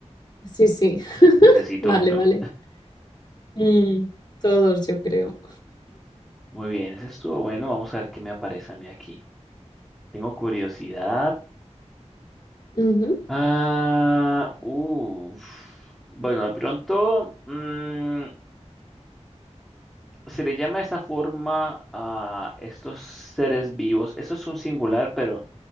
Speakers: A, on the left; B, in the centre.
A: Sí, sí. <laughs>
B: Necesito
A: Vale,
B: uno.
A: vale. Mm, todos, yo creo.
B: Muy bien, ese estuvo bueno. Vamos a ver qué me aparece a mí aquí. Tengo curiosidad.
A: Ujú,
B: Ah, uff. Bueno, de pronto mm, se le llama de esta forma a estos seres vivos. Esto es un singular, pero,